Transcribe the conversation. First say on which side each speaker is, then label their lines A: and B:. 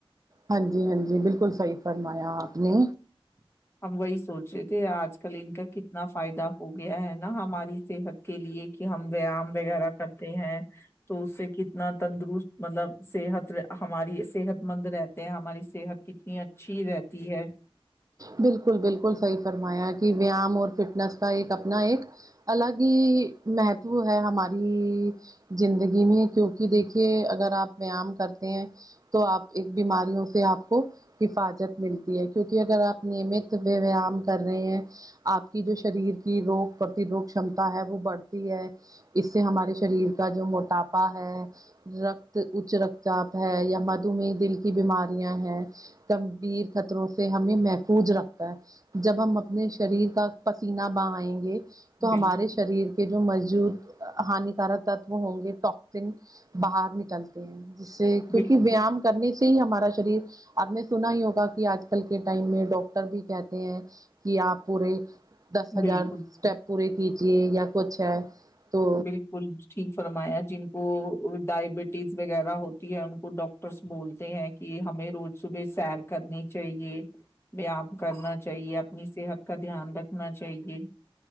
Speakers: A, on the right; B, on the left.
A: ہاں جی ہاں جی بالکل صی فرمایا آپ نے
B: ہم وہی سوچے تھے آج آج کل ان کا کتنا فائدہ ہو گیا ہے نا ہماری صحت کے لیے کہ ہم ویایام وغیرہ کرتے ہیں تو اس سے کتنا تندرست مطلب صحت ہماری صحت مند رہتے ہیں ہماری صحت کتنی اچھی رہتی ہے
A: بالکل بالکل صحیح فرمایا کہ ویام اور فٹنس کا ایک اپنا ایک الگ ہی مہتو ہے ہماری زندگی میں کیوںکہ دیکھیے اگر آپ ویام کرتے ہیں تو آپ ایک بیماریوں سے آپ کو حفاظت ملتی ہے کیونکہ اگر آپ نیمت ویام کر رہے ہیں آپ کی جو شریر کی روگ پرتیروگ کمتا ہے وہ بڑھتی ہے اس سے ہمارے شریر کا جو موٹاپا ہے رکت اچ رکت چاپ ہے یا مدھو م دل کی بیماریاں ہے گمبھیر خطروں سے ہمیں محفوظ رکھتا ہے جب ہم اپنے شریر کا پسینہ بہائیں گے تو
B: بالکل
A: ہمارے شریر کے جو مزجود ہانیکارک تتو ہوں گے ٹکسن باہر نکلتے ہیں جس سے کیونکہ
B: بال
A: ویام کرنے ہی ہمارا شریر آ نے سے سنا ہی ہوگا کہ آج کل کے ٹائم میں ڈاکٹر بھی کہتے ہیں کہ آپ پورے دس ہزار
B: بالکل
A: اسٹپ پوری کیھی جی یا کچھ ہے تو
B: بالکل ٹھیک فرمایا جن کو ڈائبٹیز وغیرہ ہوتی ہے ان کو ڈاکٹرس بولتے ہیں کہ ہمیں روز صبح سیر کرنی چاہیے ویام کرنا چاہیے اپنی صحت کا دھیان رکھنا چاہیے